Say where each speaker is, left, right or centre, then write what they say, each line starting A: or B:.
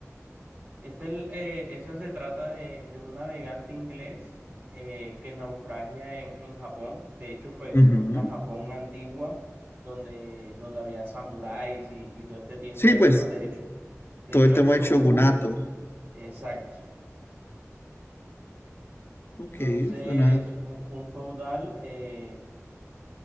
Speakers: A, on the right; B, on the left.
A: Este, el- eh, esa se trata de, de un navegante inglés eh, que naufragia en, en Japón. De hecho, pues
B: Ujú.
A: es la Japón antigua donde, donde había samuráis y, y todo este tipo
B: Sí,
A: de
B: pues
A: temas. De hecho, de
B: todo
A: hecho
B: el tema
A: el shogun,
B: del shogunato.
A: exacto.
B: Ok,
A: Entonces,
B: suena.
A: un, un feudal eh,